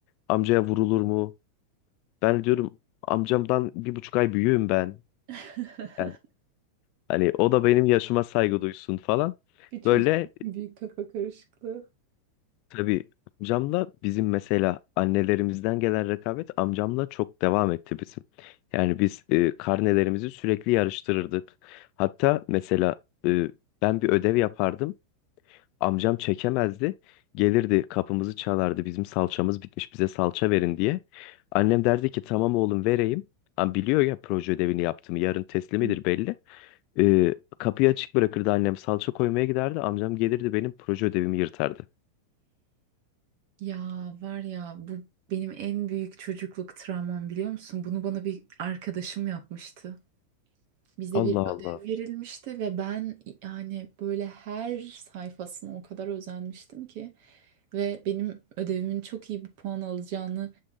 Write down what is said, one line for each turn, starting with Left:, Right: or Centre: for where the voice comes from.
Left: Amcaya vurulur mu? Ben diyorum amcamdan bir buçuk ay büyüğüm ben.
Right: <laughs>
Left: Yani hani o da benim yaşıma saygı duysun falan.
Right: Bir çocuk
Left: Böyle
Right: büyük kafa karışıklığı.
Left: Tabii amcamla bizim mesela annelerimizden gelen rekabet amcamla çok devam etti bizim. Yani biz e, karnelerimizi sürekli yarıştırırdık. Hatta mesela e, ben bir ödev yapardım. Amcam çekemezdi. Gelirdi kapımızı çalardı. Bizim salçamız bitmiş bize salça verin diye. Annem derdi ki tamam oğlum vereyim. Ama biliyor ya proje ödevini yaptığımı yarın teslimidir
Right: <gasps>
Left: belli. E, kapıyı açık bırakırdı annem salça koymaya giderdi. Amcam gelirdi benim proje ödevimi yırtardı.
Right: Ya var ya bu benim en büyük çocukluk travmam biliyor musun? Bunu bana bir arkadaşım yapmıştı. Bize
Left: Allah
Right: bir ödev
Left: Allah.
Right: verilmişti ve ben yani böyle her sayfasına o kadar özenmiştim ki ve benim ödevimin çok iyi bir puan alacağını